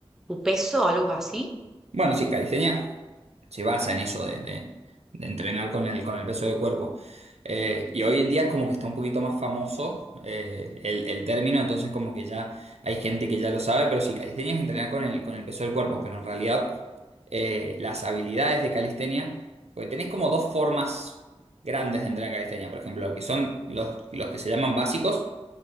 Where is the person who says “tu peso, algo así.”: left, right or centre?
Centre